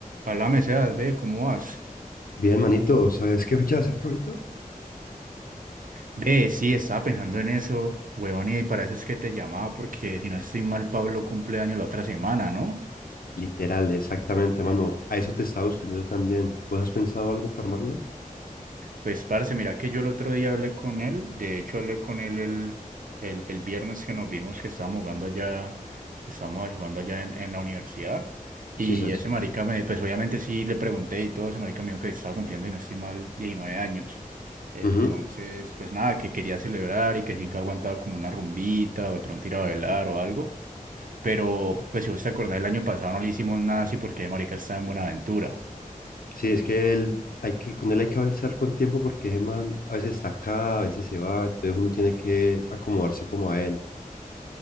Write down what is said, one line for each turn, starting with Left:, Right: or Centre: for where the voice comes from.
Right: Háblame, Sebas, ve, ¿cómo vas?
Left: Bien, manito, ¿sabes qué fecha de acerca ahorita?
Right: Ve, sí, estaba pensando en eso, huevón, y para eso es que te llamaba, porque si no estoy mal, Pablo cumple año la otra semana, ¿no?
Left: Literal, exactamente, mano. A eso te estaba buscando yo también. ¿Vos has pensado algo para armarle?
Right: Pues, parce, mira que yo el otro día hablé con él, de hecho hablé con él el, el, el viernes que nos vimos que estábamos jugando allá, estábamos ahí jugando allá en, en la universidad, y
Left: Sí, sabes.
Right: ese marica me, pues obviamente sí le pregunté y todo, ese marica me dijo que estaba cumpliendo, y no estoy mal, 19 años. Entonces,
Left: Ujú.
Right: pues nada, que quería celebrar y que sí que aguantaba como una rumbita o de pronto ir a bailar o algo, pero pues si vos te acordás, el año pasado no le hicimos nada así porque ese marica está en Buenaventura.
Left: Sí, es que él, hay que, con él hay que avanzar con tiempo porque ese man a veces está acá, a veces se va, entonces uno tiene que acomodarse como a él.